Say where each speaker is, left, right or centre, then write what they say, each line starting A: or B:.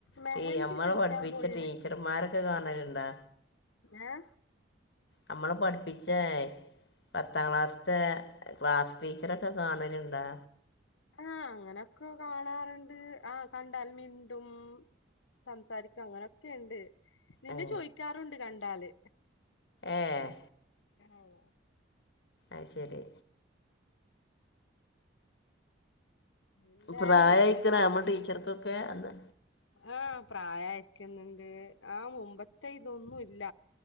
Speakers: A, on the left; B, on the left.
A: മെഹന്തി
B: ടീ നമ്മളെ
A: പഠിക്കാൻ
B: പഠിപ്പിച്ച
A: പോയേ
B: ടീ ച്ചർമാരൊക്കെ കാണലുണ്ടാ
A: ഏഹ്
B: നമ്മളെ പഠിപ്പിച്ചേ പത്താം ക്ലാസ്സ് ത്തെ ക്ലാസ് ടീച്ചറെക്കെ കാണല്ണ്ടാ
A: ആഹ് അങ്ങനൊക്കെ കാണാറുണ്ട് ആഹ് കണ്ടാൽ മിണ്ടും സംസാരിക്കും അങ്ങനൊക്കെയുണ്ട് നിന്നെ
B: ഏ
A: ചോയ്ക്കാറുണ്ട് കണ്ടാല്
B: ഏഹ്
A: ഓഹ്
B: അയ്ശെരി
A: എന്തായാലും
B: പ്രായയിക്കണോ
A: നല്ല
B: അമ്മളെ ടീച്ചർക്കൊക്കെ എന്താ
A: ആഹ് പ്രായായിരിക്കുന്നുണ്ട് ആഹ് മുമ്പത്തെ ഇതൊന്നും ഇല്ല